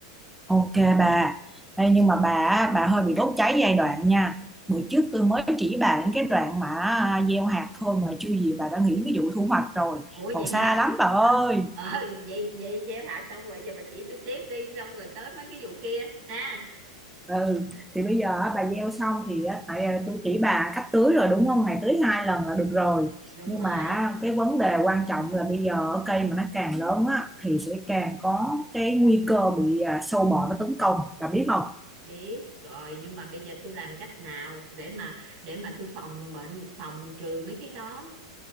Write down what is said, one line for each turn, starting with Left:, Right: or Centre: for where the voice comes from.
Centre: Ok bà, đây nhưng mà bà á, bà hơi bị đốt cháy giai đoạn nha. Bữa trước tôi mới chỉ bà đến cái đoạn mà à, gieo hạt thôi mà chưa gì bà đã nghĩ cái vụ thu hoạch rồi.
Right: Ủa
Centre: Còn
Right: vậy
Centre: xa
Right: hả?
Centre: lắm bà ơi.
Right: Ờ vậy vậy gieo hạt xong rồi giờ bà chỉ tôi tiếp đi xong rồi tới mấy cái vụ kia ha.
Centre: Ừ, thì bây giờ á, bà gieo xong thì á, tại à, tôi chỉ bà cách tưới rồi đúng không? Ngày tưới hai lần là được rồi.
Right: Đúng
Centre: Nhưng
Right: rồi.
Centre: mà á, cái vấn đề quan trọng là bây giờ á, cây mà nó càng lớn á thì sẽ càng có cái nguy cơ bị à, sâu bọ nó tấn công. Bà biết không?
Right: biết rồi nhưng mà bây giờ tôi làm cách nào để mà để mà tôi phòng bệnh phòng trừ mấy cái đó